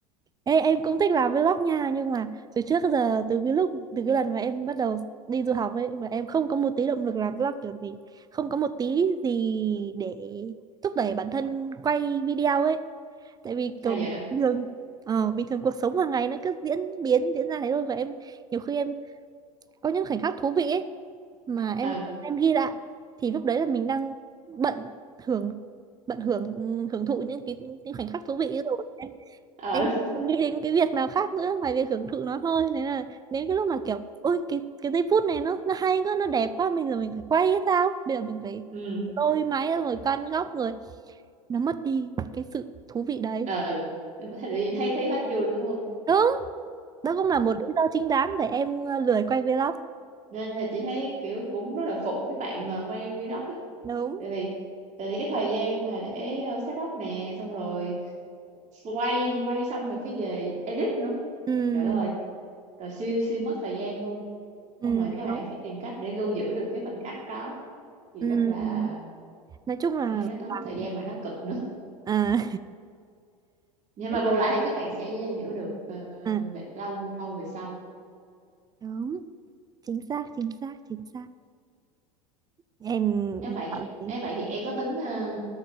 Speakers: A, on the right (about 20°); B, on the right (about 40°).
A: Ê, em cũng thích làm vlog nha nhưng mà từ trước tới giờ từ cái lúc từ cái lần mà em bắt đầu đi du học ấy mà em không có một tí động lực làm vlog kiểu gì không có một tí gì để thúc đẩy bản thân quay video ấy tại vì
B: sao
A: kiểu
B: vậy
A: bình thường ờ, bình thường cuộc sống hàng ngày nó cứ diễn biến diễn ra thế thôi và em nhiều khi em có những khoảnh khắc thú vị ấy mà em
B: ừ
A: em ghi lại thì lúc đấy là mình đang bận hưởng bận hưởng hưởng thụ những cái những khoảnh khắc thú vị ấy rồi
B: <laughs>
A: em
B: ừ
A: không nghĩ đến cái việc nào khác nữa ngoài việc hưởng thụ nó thôi nên là đến cái lúc mà kiểu ôi cái cái giây phút này nó nó hay quá nó đẹp quá bây giờ mình phải quay hay sao bây giờ mình phải
B: ừ
A: lôi máy ra rồi căn góc rồi nó mất đi cái sự thú vị đấy
B: ừ thì tự nhiên thấy thấy hết vui đúng không
A: đúng đó cũng là một lý do chính đáng để em ờ, lười quay vlog
B: nên là chị thấy kiểu cũng rất là phục mấy bạn mà quay vlog á
A: đúng
B: tại vì tại vì cái thời gian mà để ờ, set up nè xong rồi quay quay xong rồi cái về edit nữa
A: ừ,
B: trời đất ơi rồi siêu siêu mất thời gian luôn
A: ừ,
B: xong rồi các bạn
A: đúng
B: phải tìm cách để lưu giữ được cái khoảnh khắc đó thì
A: ừ.
B: rất là
A: nói chung là
B: kiểu như nó tốn
A: làm
B: thời gian mà nó cực nữa
A: à,
B: nhưng
A: <laughs>
B: mà bù lại thì các bạn sẽ giữ được ờ,
A: à,
B: về- lâu lâu về sau
A: đúng chính xác chính xác chính xác em
B: nếu vậy thì
A: cảm thấy
B: nếu vậy thì em có tính ờ,